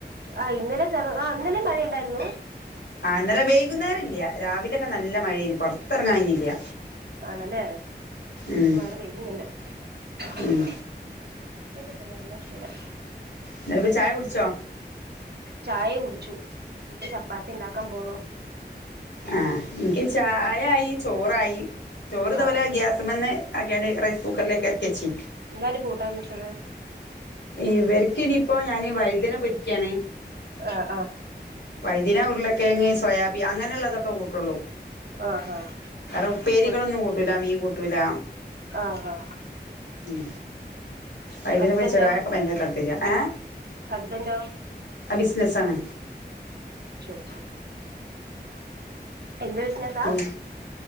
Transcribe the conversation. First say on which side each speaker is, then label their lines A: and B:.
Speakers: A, on the right; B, on the left.
A: ആഹ് ഇന്നലെ ചെറു ആഹ് ഇന്നലെ മഴയുണ്ടായിരുന്നു.
B: ആഹ് ഇന്നലെ വൈകുന്നേരല്ല്യ. രാവിലൊക്കെ നല്ല മഴേനി പ പൊർത്തെർങ്ങാൻ കഴിഞ്ഞീല്ല്യ.
A: ആണല്ലേ ഇന്
B: ഉം
A: പ്പം മഴ പെയ്യുന്ന്ണ്ട്. <unintelligible>
B: ഉം
A: വെള്ളൊഴിച്ചെരാ.
B: ഇന്നലെ പ്പം ചായ കുടിച്ചോ?
A: ചായ കുടിച്ചു എന്നിട്ട് ചപ്പാത്തി ഉണ്ടാക്കാൻ പോണു.
B: ആഹ് എനിക്ക് ചായയായി. ചി ചോറായി ചോറ്ത
A: ആ
B: പോലെ ഗ്യാസമലെന്നു റൈസ് കുക്കറിലേക്ക് ഇറക്കിവച്ച്
A: എന്താണ് കൂട്ടാൻ വെച്ചത്?
B: ഇവർക്കിനനിയിപ്പോ ഞാനി വൈദ്യനെ പൊരിക്കുകയാണ്
A: ആഹ് ആഹ്
B: വൈദിന ഉരുളക്കേങ്ങ സോയാബി അങ്ങനെയുള്ളള്ളതൊക്കെ കൂട്ടുള്ളൂ
A: ആ ആ
B: വേറെ ഉപ്പേരികളൊന്നും
A: പൊരി
B: കൂട്ടൂല മീൻ കൂട്ടൂല
A: ആ ആ
B: ഉം വൈദ്യനെ
A: ഹസ്ബൻഡോ
B: പൊരിച്ചതാ എ ഭയങ്കര താല്പര്യ ഏഹ്
A: ഹസ്ബൻഡോ
B: ബിസിനസ് ആണ്
A: ശരി ശരി എന്ത്? ബിസിനസാ
B: ഉം